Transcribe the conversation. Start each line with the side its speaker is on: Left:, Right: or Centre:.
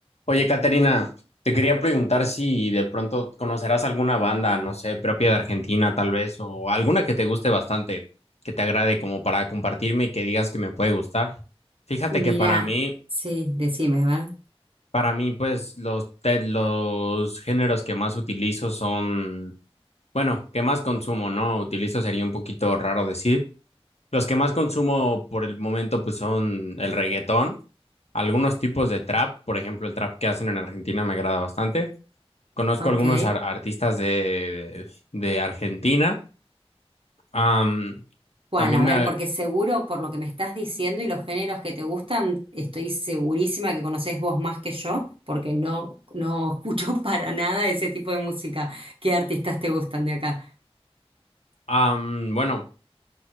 Left: Oye, Caterina, te quería preguntar si de pronto conocerás alguna banda, no sé, propia de Argentina tal vez, o alguna que te guste bastante, que te agrade como para compartirme y que digas que me puede gustar. Fíjate
Right: Mira,
Left: que para mí,
Right: sí, decime, a ver.
Left: para mí, pues los, te- los géneros que más utilizo son, bueno, que más consumo, ¿no? Utilizo sería un poquito raro decir. Los que más consumo por el momento, pues son el reggaetón, algunos tipos de trap, por ejemplo, el trap que hacen en Argentina me agrada bastante. Conozco
Right: Ok.
Left: algunos ar- artistas de, de Argentina. Am,
Right: ¿Cuál?
Left: también
Right: A ver,
Left: me...
Right: porque seguro por lo que me estás diciendo y los géneros que te gustan, estoy segurísima que conocés vos más que yo, porque no, no escucho <laughs> para nada ese tipo de música. ¿Qué artistas te gustan de acá?
Left: am, bueno,